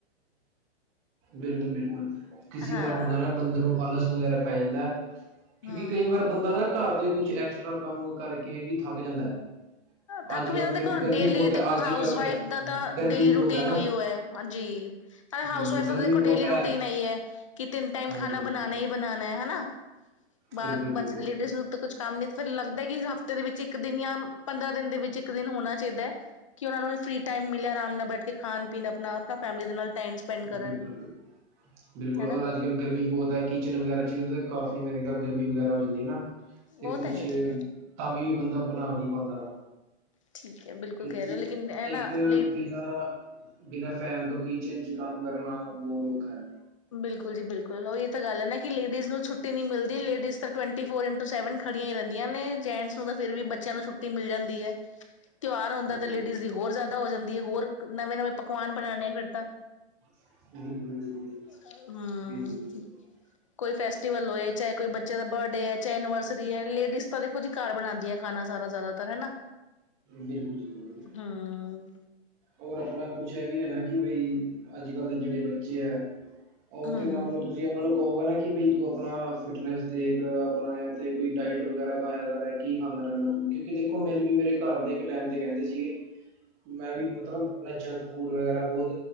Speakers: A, on the right; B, on the left.
A: ਬਿਲਕੁਲ ਬਿਲਕੁਲ, ਕਿਸੇ
B: ਹਾਂ,
A: ਕਈ ਵਾਰ ਹੁੰਦਾ ਨਾ, ਬੰਦੇ ਨੂੰ ਆਲਸ ਵਗੈਰਾ ਪੈ ਜਾਂਦਾ ਐ, ਕਿਉਂਕਿ
B: ਹੂੰ।
A: ਕਈ ਵਾਰ ਬੰਦਾ ਨਾ, ਘਰ ਦੇ ਕੁਛ ਜੀ ਐਕਸਟਰਾ ਕੰਮ ਕਰਕੇ ਵੀ ਥੱਕ ਜਾਂਦਾ ਹੈ।
B: ਥੱਕ
A: ਅੱਜ
B: ਵੀ
A: ਕੱਲ੍ਹ
B: ਜਾਂਦਾ,
A: ਤਾਂ
B: ਦੇਖੋ
A: ਗਰਮੀ
B: ਡੇਲੀ,
A: ਬਹੁਤ
B: ਦੇਖੋ
A: ਹੈ ਅੱਜ
B: ਹਾਊਸ
A: ਕੱਲ੍ਹ
B: ਵਾਈਫ ਦਾ ਤਾਂ
A: ਗਰਮੀ
B: ਡੇਲੀ
A: ਵੀ
B: ਰੂਟੀਨ
A: ਬਹੁਤ ਹੈ ਨਾ
B: ਔਹੀ ਹੋਯਾ, ਹਾਂਜੀ, ਅਰੇ ਹਾਉਸ
A: ਬਿਲਕੁਲ
B: ਵਾਈਫ
A: ਗਰਮੀ
B: ਕਾ ਤਾਂ ਦੇਖੋ
A: ਬਹੁਤ
B: ਡੇਲੀ
A: ਹੈ
B: ਰੂਟੀਨ ਏਹੀ ਹੈ, ਕਿ ਤਿੰਨ ਟਾਈਮ
A: ਹਾਂਜੀ
B: ਖਾਣਾ
A: ਹਾਂਜੀ
B: ਬਣਾ ਲੋ। ਨਹੀਂ ਬਣਾਣਾ ਐ, ਹੈਨਾ। <unintelligible> ਬਾਰ
A: ਬਿਲਕੁਲ ਬਿਲਕੁਲ
B: ਬਚ ਲੇਡੀਜ਼ ਨੂੰ ਤ ਕੁਝ ਕੰਮ ਨੀ, ਤ ਫੇਰ ਲੱਗਦੈ ਕਿ ਹਫ਼ਤੇ ਦੇ ਵਿੱਚ ਇੱਕ ਦਿਨ ਜਾਂ ਪੰਦਰਾਂ ਦਿਨ ਦੇ ਵਿੱਚ ਇੱਕ ਦਿਨ ਹੋਨਾ ਚਈਦੈ, ਕਿ ਓਨਾਂ ਨੂੰ ਫ੍ਰੀ ਟਾਈਮ ਮਿਲੈ ਆਰਾਮ ਨਾਲ ਬੈਠ ਕੇ ਖਾਨ, ਪੀਨ ਆਪਣਾ, ਆਪਣਾ ਫੈਮਲੀ ਦੇ ਨਾਲ ਟਾਈਮ ਸਪੈਂਡ
A: ਬਿਲਕੁਲ,
B: ਕਰਨ।
A: ਬਿਲਕੁਲ। ਬਿਲਕੁਲ
B: ਹਨਾ
A: ਔਰ ਅੱਜ-ਕੱਲ ਗਰਮੀ ਬੋਤ ਐ, ਕੀਚਨ ਵਗੈਰਾ ਚ ਕਾਫੀ ਮੇਰੇ ਖੇਆਲ ਗਰਮੀ ਵਗੈਰਾ ਹੋ ਜਾਂਦੀ ਏ ਨਾ,
B: ਉਹ
A: ਤੇ ਕੁਛ
B: ਤਾਂ ਹੈ ਹੀ ਹੈ
A: ਤਾਂ ਵੀ ਬੰਦਾ ਬਣਾ ਨੀ ਪਾਂਦਾ।
B: ਠੀਕ ਹੈ ਬਿਲਕੁਲ
A: ਕੇਓਕਿ
B: ਕਹਿ ਰਹੇ ਹੋ ਲੇਕਿਨ ਹੈ ਨਾ
A: ਇੱਕ
B: ਲੇ
A: ਬਿਨਾਂ, ਬਿਨਾਂ ਫੈਨ ਤੋਂ ਕਿਚਨ ਚ ਕਾਮ ਕਰਨਾ ਬੋਤ ਓਖਾ ਏ।
B: ਬਿਲਕੁਲ ਜੀ, ਬਿਲਕੁਲ <unintelligible> ਏ ਈ ਤਾਂ ਗੱਲ ਐ ਨਾ ਕਿ, ਲੇੜੀਜ਼ ਨੂੰ ਛੁੱਟੀ ਨਈ ਮਿਲਦੀ ਲੇੜੀਜ਼ ਤਾਂ ਟਵੈਂਟੀ ਫੋਰ ਇੰਨਟੂ ਸੈਵਨ ਖੜੀਆਂ ਈ ਰੈਂਦੀਆਂ ਨੇ ਜੈਂਟਸ ਨੂੰ ਤਾਂ ਫਿਰ ਵੀ ਬੱਚੇਆਂ ਨੂੰ ਛੁੱਟੀ ਮਿਲ ਜਾਂਦੀ ਏ। ਤੇਓਹਾਰ ਹੋਦਾ
A: ਹਾਂਜੀ
B: ਤਾਂ ਲੇੜੀਜ਼ ਦੀ ਹੋਰ ਜਾ਼ਦਾ ਹੋ ਜਾਂਦੀ ਏ ਹੋਰ, ਨਵੇਂ ਨਵੇਂ ਪਕਵਾਨ ਬਣਾਨੇ ਫਿਰ ਤਾਂ।
A: <unintelligible>
B: ਹੂੰ।
A: ਬਿਲਕੁਲ ਜੀ ਬਿਲਕੁਲ
B: ਕੋਈ ਫੈਸਟੀਵਲ ਹੋਏ, ਚਾਹੇ ਕੋਈ ਬੱਚੇ ਦਾ ਬਰਡੇ ਐ, ਚਾਏ ਐਨੀਵਰਸਰੀ ਐ ਲੇਡੀਜ਼ ਤਾਂ ਵੇ ਕੁੱਝ ਘਰ ਬਣਾਂਦੀਆਂ ਖਾਣਾ ਸਾਰਾ ਜਾ਼ਦਾਤਰ ਹਨਾ।
A: ਬਿਲਕੁਲ ਜੀ ਬਿਲਕੁਲ,
B: ਹਮ
A: ਹੋਰ ਆਪਨਾ ਕੁਛ ਐ ਵੀ ਐ ਨਾ ਕਿ ਬਈ ਅੱਜ-ਕੱਲ ਦੇ ਜੇੜੇ ਬੱਚੇ ਐ, ਓ
B: ਹਮ
A: ਤੇ ਮੰਨ
B: ਹਮ
A: ਲੋ ਤੁਸੀਂ ਓਨਾਂ ਨੂੰ ਕਹੋਗੇ ਨਾ ਕਿ ਬੀ ਤੂੰ ਅਪਣਾ ਫਿਟਨੈਸ ਦੇਖ, ਯਾ ਆਪਣਾ ਯਾ ਜੇ ਕੋਈ ਡਾਈਟ ਵਗੈਰਾ ਖਾਏਆ ਕਰ ਐਕੀ ਖਾਂਨਾਂ ਰਹਿੰਦਾ ਤੂੰ, ਕਿਉਂਕਿ ਦੇਖੋ ਮੈਨੂੰ ਵੀ ਮੇਰੇ ਘਰ ਦੇ ਇੱਕ ਟਾਈਮ ਤੇ ਕਹਿੰਦੇ ਸੀਗੇ ਮੈਂ ਵੀ ਮਤਲਬ, ਮੈਂ ਜੰਕ ਫੂਡ ਵਗੈਰਾ ਬਹੁਤ